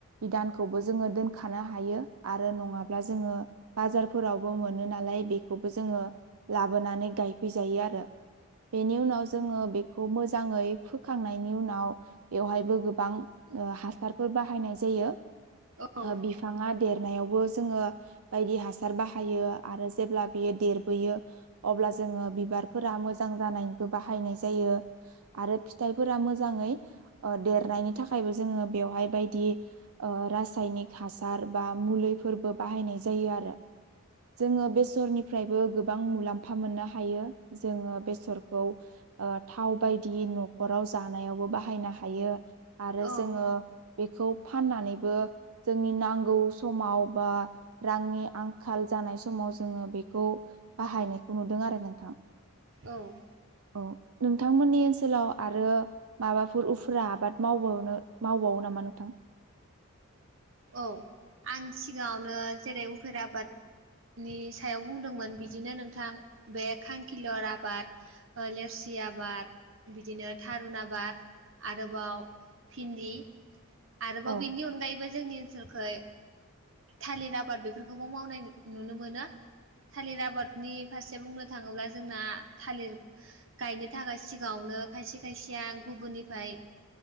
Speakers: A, on the right; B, on the right.
A: बिधानखौबो जोङो दोनखनो हायो आरो नङाब्ला जोङो बाजारफोरावबो मोनो नालाय बेखौबो जोङो लाबोनानै गायफैजायो आरो बेनि उनाव जोङो बेखौ मोजाङै फोखांनायनि उनाव बेवहायबो गोबां ओ हासारफोर बाहायनाय जायो ओ
B: औ
A: बिफाङा देरनायावबो जोङो बायदि हासार बाहायो आरो जेब्ला बियो देरबोयो अब्ला जोङो बिबारफोरा मोजां जानायनिबो बाहायनाय जायो आरो फिथाइफोरा मोजाङै ओ देरनायनि थाखायबो जोङो बेवहाय बायदि ओ रासायनिक हासार सार बा मुलैफोरबो बाहायनाय जायो आरो जोङो बेसरनिफ्रायबो गोबा बां मुलामफा मोननो हयो जोङो बेसरखौ ओ थाव बायदि न'खराव जानायावबो बाहायनो हायो आरो
B: औ
A: जोङो बेखौ फाननानैबो जोंनि नांगौ समाव बा रांनि आंखाल जा जानाय समाव जोङो बेखौ बाहायनायखौ नुदों आरो नोंथां
B: औ।
A: औ नोंथांमोननि ओनसोलाव आरो माबाफोर उफुरा आबाद मावावनो मावबावो नामा मा नोंथां थां
B: औ आं सिगाङावनो जेरै उफेरा आबाद नि सायाव बुंदोंमोन बिदिनो नोंथां बे खांखिलर आबाद ओ लोरसि आबाद बिदिनो थारुन आबाद आरोबाव भिन्दि आरोबाव
A: औ
B: बेनि अनगायैबो जोंनि ओनसोलखै थालिर आबाद बेफोरखौबो मावनाय नुनो मोनो। थालिर आबादनि फारसे बुंनो थाङोब्ला जोंना थालिर गायनो थाखाय सिगाङाव नो खायसे खायसेया गुबुननिफ्राय